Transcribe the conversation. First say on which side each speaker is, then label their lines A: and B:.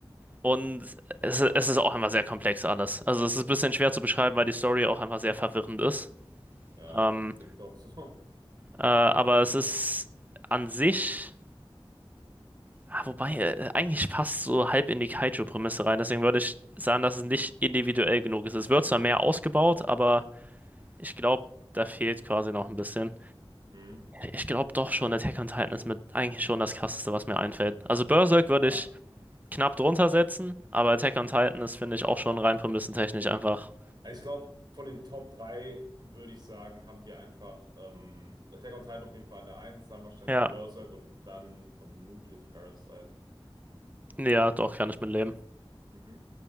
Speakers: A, on the right; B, on the right.
A: Und
B: Okay.
A: es, es ist auch einfach sehr komplex alles. Also es ist ein bisschen schwer zu beschreiben, weil die Story auch einfach sehr verwirrend ist.
B: Ja,
A: Ähm,
B: klingt doch so.
A: äh, aber es ist an sich Ah, wobei, äh, eigentlich passt so halb in die Kaiju-Prämisse rein. Deswegen würde ich sagen, dass es nicht individuell genug ist. Es wird zwar mehr ausgebaut, aber ich glaube, da fehlt quasi noch ein bisschen.
B: <laughs> Hm.
A: Ich glaube doch schon, Attack on Titan ist mit eigentlich schon das Krasseste, was mir einfällt. Also Berserk würde
B: Ja,
A: ich knapp drunter setzen, aber Attack on Titan ist, finde ich, auch schon rein prämissentechnisch einfach.
B: Ich glaube, von den Top 3 würde ich sagen, haben wir einfach ähm, Attack on Titan auf jeden Fall in der Eins, dann wahrscheinlich
A: Ja,
B: Berserk und dann vermutlich Parasite.
A: ja, doch, kann ich mit leben.
B: Mhm.